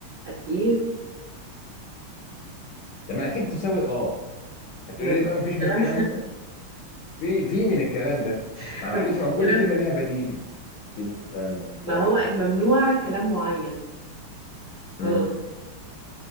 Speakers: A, on the right (about 65°); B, on the left (about 75°).
A: اكيد
B: طب ما اكيد تساوي اه هتقولي
A: مفيش
B: لي بقى مفيش من
A: الكلام
B: الكلام ده في في من الكلام ده
A: <laughs>
B: ما معلش
A: مفيش
B: ما
A: الكلام
B: هو كل كلمة
A: ده
B: ليها بديل مفيش من الكلام ده
A: ما
B: طيب
A: هو الممنوع كلام معين
B: امم
A: خلاص